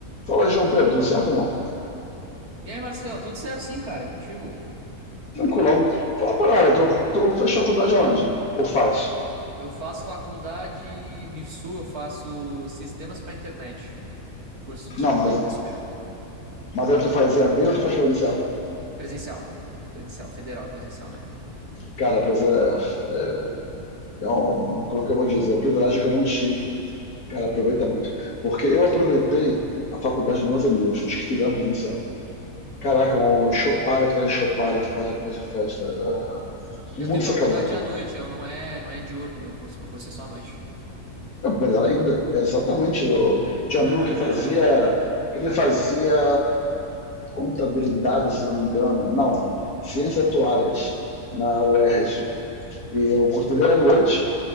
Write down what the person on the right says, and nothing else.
E aí, Marcelo, tudo certo sim, cara, é contigo.
Eu faço faculdade no IFSU, eu faço sistemas para internet, curso de,
de superior,
presencial, presencial, federal, é presencial, né?
Eu
tenho
faculdade
à noite, eu não é, não é diurno meu curso, meu curso é só à noite.
<laughs>